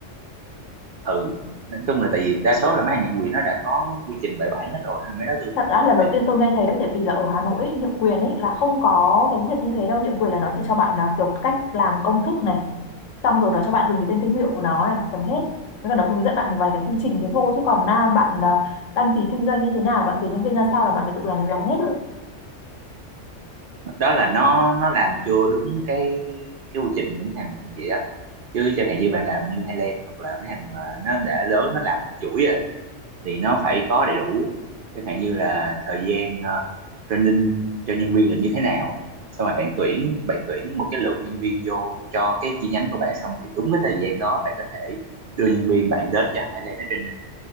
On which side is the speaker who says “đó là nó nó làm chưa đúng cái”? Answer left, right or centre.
Right